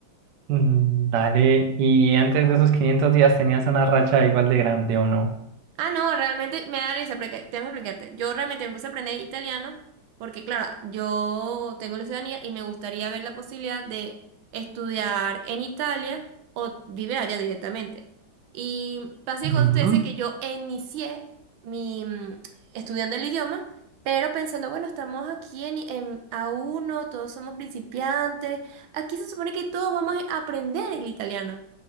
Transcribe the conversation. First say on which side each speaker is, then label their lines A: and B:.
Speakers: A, on the right; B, on the right.
A: Mm, Dale, ¿y antes de esos 500 días tenías una racha igual de grande o no?
B: Ah, no, realmente me da risa, porque tengo que explicarte. Yo realmente me puse a aprender italiano porque, claro, yo tengo la ciudadanía y me gustaría ver la posibilidad de estudiar en Italia o vivir allá directamente. Y pasa y
A: Ujú.
B: acontece que yo inicié mi mm, estudiando el idioma, pero pensando, bueno, estamos aquí en, en a uno, todos somos principiantes, aquí se supone que todos vamos a aprender el italiano.